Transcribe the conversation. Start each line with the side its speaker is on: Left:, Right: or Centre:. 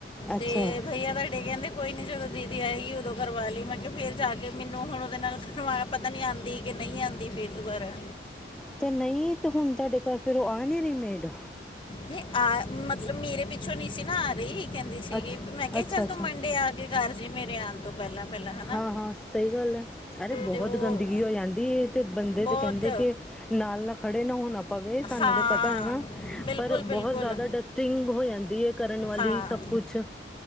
Centre: ਅੱਛਾ
Left: ਤੇ ਭਈਆ ਤੁਡੇ ਕਹਿੰਦੇ ਕੋਈ ਨੀ ਜਦੋਂ ਦੀਦੀ ਆਏਗੀ ਉਦੋਂ ਕਰਵਾ ਲਈ ਮੈਂ ਕਿਹਾ ਫੇਰ ਜਾ ਕੇ ਮੈਨੂੰ ਹੁਣ ਉਹਦੇ ਨਾਲ ਖਵਾ ਪਤਾ ਨੀ ਆਦੀ ਕਿ ਨਈ ਆਦੀ ਫਿਰ ਦੁਬਾਰਾ।
Centre: ਤੇ ਨਹੀਂ ਤੇ ਹੁਨ ਤੁਹਾਡੇ ਘਰ ਫਿਰ ਓ ਆ ਨੀ ਰੀਮੇਡ?
Left: ਨਈ ਆ ਮਤਲਬ ਮੇਰੇ ਪਿੱਛੋਂ ਨਹੀਂ ਸੀ ਨਾ ਆ ਰਈ। ਕਹਿੰਦੀ ਸੀਗੀ
Centre: ਅੱਛਾ
Left: ਮੈਂ ਕਿਹਾ
Centre: ਅੱਛਾ
Left: ਚੱਲ
Centre: ਅੱਛਾ
Left: ਤੂੰ ਮੰਡੇ ਆ ਕੇ ਕਰ ਜੀ ਮੇਰੇ ਆਣ ਤੋਂ ਪਹਿਲਾਂ। ਪਹਿਲਾਂ ਹਨਾ
Centre: ਹਾਂ-ਹਾਂ ਸਹੀ ਗੱਲ ਐ, ਅਰੇ ਬਹੁਤ
Left: ਤੇ ਉਹ
Centre: ਗੰਦਗੀ ਹੋ ਜਾਂਦੀ ਤੇ ਬੰਦੇ
Left: ਬਹੁਤ
Centre: ਤੇ ਕਹਿੰਦੇ ਕਿ ਨਾਲ ਨਾ ਖੜੇ ਨਾ ਹੁਣ ਆਪ ਪਵੇ ਸਾਨੂੰ
Left: ਹਾਂ
Centre: ਤਾਂ ਪਤਾ ਹੈ ਨਾ
Left: ਬਿਲਕੁਲ
Centre: ਪਰ
Left: ਬਿਲਕੁਲ
Centre: ਬਹੁਤ ਜ਼ਿਆਦਾ ਡਸਟਿੰਗ ਹੋ ਜਾਂਦੀ ਐ ਕਰਨ ਵਾਲੀ
Left: ਹਾਂ
Centre: ਸਭ ਕੁਛ